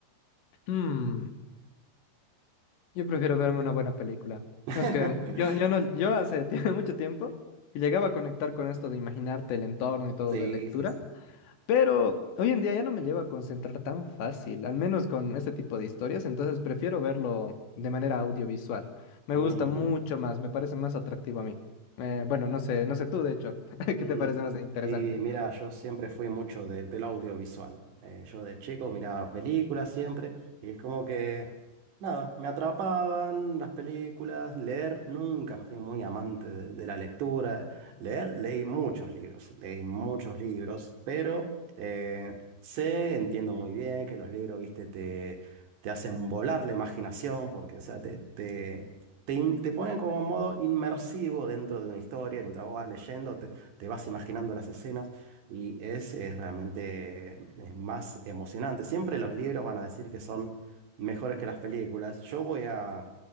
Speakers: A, on the left; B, on the right.
A: Mm, yo prefiero verme una buena película.
B: <laughs>
A: Es que yo, yo no, yo hace tie- <laughs> mucho tiempo que llegaba a conectar con esto de imaginarte el entorno y todo
B: Sí,
A: de lectura.
B: sí, sí.
A: Pero hoy en día ya no me llego a concentrar tan fácil, al menos con este tipo de historias, entonces prefiero verlo de manera audiovisual. Me
B: Ujú.
A: gusta mucho más, me parece más atractivo a mí. Eh, bueno, no sé, no sé tú, de hecho, <laughs> ¿qué
B: Mm,
A: te parece más interesante?
B: Y mira, yo siempre fui mucho de- del audiovisual. Eh, yo de chico miraba películas siempre y es como que, nada, me atrapaban las películas. Leer, nunca fui muy amante de, de la lectura. Leer, leí muchos libros, leí muchos libros, pero eh, sé, entiendo muy bien que los libros, viste, te, te hacen volar la imaginación porque, o sea, te, te, te in- te ponen como en modo inmersivo dentro de una historia mientras vos vas leyendo te vas imaginando las escenas y es, eh, realmente eh, es más emocionante. Siempre los libros van a decir que son mejores que las películas. Yo voy a,